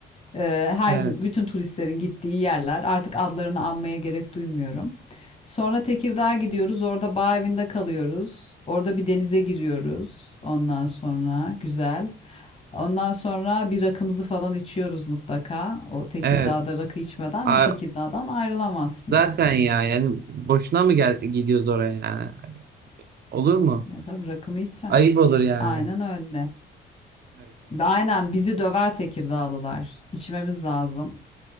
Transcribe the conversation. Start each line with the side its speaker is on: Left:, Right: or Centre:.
Left: Ee, her
Right: evet,
Left: bütün turistlerin gittiği yerler. Artık adlarını anmaya gerek duymuyorum. Sonra Tekirdağ'a gidiyoruz. Orada bağ evinde kalıyoruz. Orada bir denize giriyoruz. Ondan sonra güzel. Ondan sonra bir rakımızı falan içiyoruz mutlaka. O Tekirdağ'da
Right: evet.
Left: rakı içmeden
Right: A-
Left: Tekirdağ'dan ayrılamazsın
Right: zaten
Left: yani.
Right: ya yani boşuna mı gel gidiyoruz oraya yani? Olur mu?
Left: Ya tabii rakını içeceksin.
Right: Ayıp olur yani.
Left: Aynen öyle.
Right: Evet,
Left: Aynen bizi döver Tekirdağlılar. İçmemiz lazım.